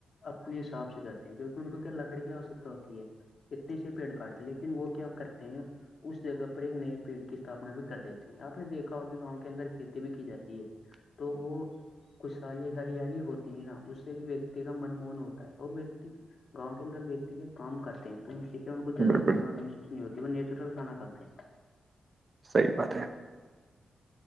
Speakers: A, on the left; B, on the right.
A: اپنے حساب سے کرتے ہیں کیونکہ ان کو کیا لکڑی کی آوشکتا ہوتی ہے اتنے سے پیڑ کاٹتے لیکن وہ کیا کرتے ہیں اس جگہ پر ایک نئے پیٹ کی استھپنا بھی کر دیتے ہیں آپ اپپ نے دیکا ہوگ کہ گاؤں کے اندر کھیتی بھی کی جاتی ہے تو وہ خشالی ہریالی ہوتی ہے نا اسے بھی کا من موہن ہوتا ہے اور ویکتی گاؤں کے اندر ویکتی کے کام کرتے ہیں تو ان سیکھے ان کو زیادہ
B: بالکل
A: تھکان محسوس نہیں ہوتی وہ نیچرل کھانا کاتے ہیں
B: صحیح بات ہے